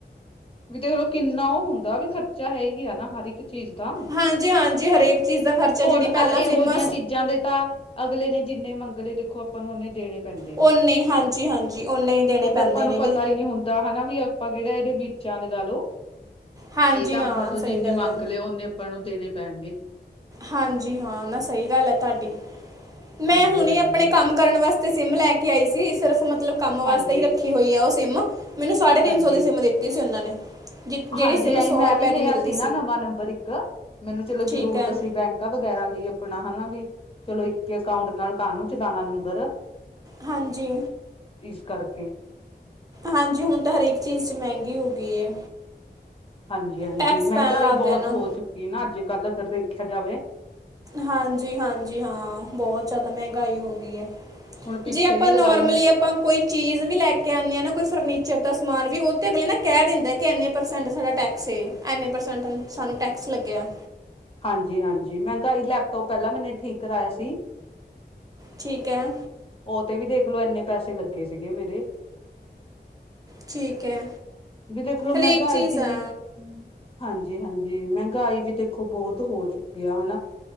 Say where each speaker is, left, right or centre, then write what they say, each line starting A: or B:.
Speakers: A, on the left; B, on the right.
A: ਵੀ ਦੇਖਲੋ ਕਿੰਨਾ ਉਹ ਹੁੰਦਾ ਵੀ ਖਰਚਾ ਹੈ ਈ ਐ ਨਾ ਹਰ ਇੱਕ ਚੀਜ਼ ਦਾ।
B: ਹਾਂਜੀ ਹਾਂਜੀ ਹਰੇਕ ਚੀਜ਼ ਦਾ ਖਰਚਾ
A: ਹੁਣ
B: ਜਿਹੜੀ ਪਹਿਲਾਂ
A: ਅਰ ਇਹੋ
B: ਸਿਮ
A: ਜਿਹੀਆਂ ਚੀਜ਼ਾਂ ਦੇ ਤਾਂ ਅਗਲੇ ਨੇ ਜਿੰਨੇ ਮੰਗਲੇ ਦੇਖੋ ਆਪਾਂ ਨੂੰ ਦੇਣੇ ਪੈਂਦੇ ਨੇ।
B: ਓਨੇ ਹੀ ਹਾਂਜੀ ਹਾਂਜੀ ਓਨੇ ਹੀ ਦੇਣੇ
A: ਕਿਉਂਕਿ
B: ਪੈਂਦੇ
A: ਅਪਾਂ ਨੂੰ
B: ਨੇਗੇ
A: ਪਤਾ ਈ ਨੀ ਹੁੰਦਾ। ਦਾ ਹਨਾ ਵੀ ਅਪਾ ਕਿਹੜਾ ਇਹਦੇ ਵਿਚ ਆ ਲਗਾ ਲਓ।
B: ਹਾਂਜੀ
A: ਅਈ ਤਾਂ
B: ਹਾਂ
A: ਅਪਾਂ ਤੋਂ
B: ਸਹੀ
A: ਜਿੰਨੇ
B: ਗੱਲ
A: ਮੰਗ
B: ਹੈ
A: ਲਏ, ਓਨੇ ਆਪਾਂ ਨੂੰ ਦੇਣੇ ਪੈਣਗੇ।
B: ਹਾਂਜੀ ਹਾਂ ਨਾ ਸਈ ਗੱਲ ਐ ਤਾਡੀ।
A: ਹਾਂਜੀ
B: ਮੈਂ ਹੁਣੇ
A: ਹਾਂਜੀ।
B: ਆਪਣੇ ਕੰਮ ਕਰਨ ਵਾਸਤੇ ਸਿਮ ਲੈ ਕੇ ਆਈ ਸੀ। ਸਿਰਫ ਮਤਲਬ ਕੰਮ ਵਾਸਤੇ
A: ਹਾਂਜੀ
B: ਹੀ ਰੱਖੀ ਹੋਈ ਐ ਉਹ ਸਿਮ। ਮੈਨੂੰ ਸਾਢੇ ਤਿੰਨ
A: ਹਾਂਜੀ
B: ਸੌ ਦੀ ਸਿਮ ਦਿੱਤੀ ਸੀ ਉਹਨਾਂ ਨੇ। ਜਿ- ਜਿਹੜੀ
A: ਹਾਂਜੀ,
B: ਸਿਮ
A: ਐਈ ਮੈਂ
B: ਰੁਪਏ
A: ਵੀ ਲਿਆ
B: ਦੀ ਮਿਲਦੀ
A: ਸੀ ਨਾ ਨਵਾਂ ਨੰਬਰ ਇੱਕ। ਮੈਨੂੰ ਚਲੋ
B: ਠੀਕ
A: ਜਰੂਰਤ
B: ਹੈ
A: ਸੀ ਬੈਂਕ ਕ ਵਗੈਰਾ ਲਈ ਆਪਣਾ ਹਨਾ ਵੀ, ਚਲੋ ਇੱਕ ਅਕਾਊਂਟ ਨਾਲ ਕਾਨੂੰ ਚਲਾਣਾ ਨੰਬਰ।
B: ਹਾਂਜੀ।
A: ਇਸ ਕਰਕੇ।
B: ਹਾਂਜੀ, ਹੁਣ ਤਾਂ ਹਰੇਕ ਚੀਜ਼ 'ਚ ਮਹਿੰਗੀ ਹੋ ਗਈ ਏ।
A: ਹਾਂਜੀ-ਹਾਂਜੀ।
B: ਟੈਕਸ
A: ਮਹਿੰਗਾਈ
B: ਪੈਣ ਲੱਗ
A: ਬਹੁਤ
B: ਗਿਆ ਨਾ
A: ਹੋ ਚੁੱਕੀ ਨਾ ਅੱਜ ਕੱਲ੍ਹ ਅਗਰ ਦੇਖਿਆ ਜਾਵੇ।
B: ਹਾਂਜੀ-ਹਾਂਜੀ ਹਾਂ। ਬਹੁਤ ਜ਼ਿਆਦਾ ਮਹਿੰਗਾਈ ਹੋ ਗਈ ਐ।
A: ਹੁਣ ਪਿੱਛੇ
B: ਜੇ ਆਪਾਂ
A: ਜੀ ਲਗਾ
B: ਨੋਰਮਲੀ
A: ਲੋ ਮੈਨੂੰ
B: ਅਪਾ ਕੋਈ ਚੀਜ਼ ਵੀ ਲੈ ਕੇ ਆਣੇ ਆ ਨਾ ਕੋਈ ਫਰਨੀਚਰ ਦਾ ਸਮਾਨ ਵੀ ਉਹ ਤੇ ਅਗਲੇ ਨਾ ਕਹਿ ਦਿੰਦਾ ਕਿ ਇੰਨੇ ਪਰਸੈਂਟ ਸਾਡਾ ਟੈਕ ਸੇ। ਐਨੇ ਪ੍ਰਸੈਂਟ ਸਾਨੂੰ ਟੈਕਸ ਲੱਗਿਆ।
A: ਹਾਂਜੀ-ਹਾਂਜੀ। ਮਹਿੰਗਾਈ ਲੈਪਟੋਪ ਪਹਿਲਾਂ ਮੈਨੇ ਠੀਕ ਕਰਾਇਆ ਸੀ।
B: ਠੀਕ ਹੈ।
A: ਉਹ ਤੇ ਵੀ ਦੇਖਲੋ, ਐਨੇ ਪੈਸੇ ਲੱਗੇ ਸੀਗੇ ਮੇਰੇ।
B: ਠੀਕ ਹੈ
A: ਵੀ ਦੇਖਲੋ ਮਹਿੰਗਾਈ
B: ਹਰੇਕ ਚੀਜ਼
A: ਕਿੰਨੀ
B: ਆ
A: ਹਾਂਜੀ-ਹਾਂਜੀ। ਮਹਿੰਗਾਈ ਵੀ ਦੇਖੋ ਬਹੁਤ ਹੋ ਚੁੱਕੀ ਆ ਹਨਾ।